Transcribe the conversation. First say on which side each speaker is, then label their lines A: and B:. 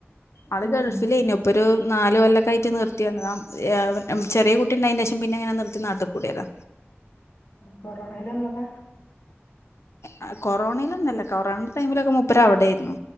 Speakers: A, on the left; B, on the left.
A: അള്
B: ആഹ്
A: ഗൾഫിലേയ്നു
B: ആഹ്
A: ഇപ്പൊരു നാല് കൊല്ലൊക്കെയ് റ്റ് നിർത്തി വന്നതാ ഏഹ് ചെറിയ കുട്ടിണ്ടായിന്റെഷം പിന്നെങ്ങനെ നിർത്തി നാട്ടികൂടിയതാ
B: കൊറോണയിലന്നത
A: ആഹ് കൊറോണയിലൊന്നല്ല കൊറോണ ടൈമിലൊക്കെ മുപ്പരവിടേരുന്നു